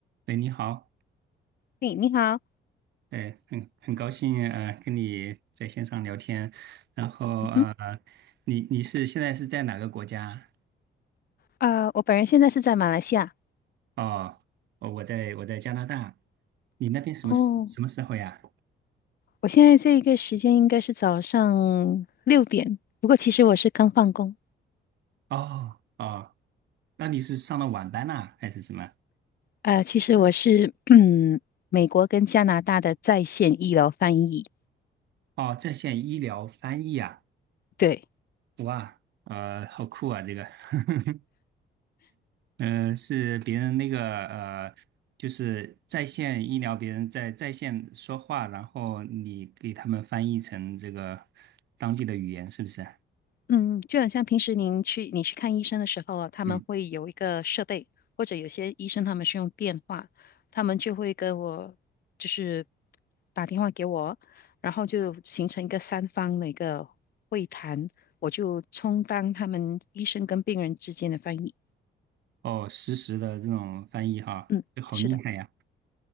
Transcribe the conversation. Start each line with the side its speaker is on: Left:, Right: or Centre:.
Right: 喂，你好，
Left: 嘿，你好，
Right: 哎，很很高兴呃跟你在线上聊天，然后呃，
Left: 嗯，
Right: 你你是现在是在哪个国家？
Left: 呃，我本人现在是在马来西亚，
Right: 哦，哦，我在我在加拿大，你那边什么时什么时候呀？
Left: 哦，我现在这一个时间应该是早上六点，不过其实我是刚放工，
Right: 哦哦，那你是上了晚班呐、还是什么？
Left: 呃，其实我是 <clears throat> 嗯，美国跟加拿大的在线医疗翻译，
Right: 哦，在线医疗翻译啊，
Left: 对，
Right: 哇，呃，好酷啊，这个，<laughs> 嗯，呃是别人那个呃，就是在线医疗，别人在在线说话，然后你给他们翻译成这个当地的语言，是不是？
Left: 嗯，就很像平时您去你去看医生的时候啊，他们会有一个设备，
Right: 嗯，
Left: 或者有些医生他们是用电话，他们就会跟我就是打电话给我，然后就形成一个三方的一个会谈，我就充当他们医生跟病人之间的翻译。
Right: 哦，实时的这种翻译哈，
Left: 嗯，
Right: 好厉害呀！
Left: 是的，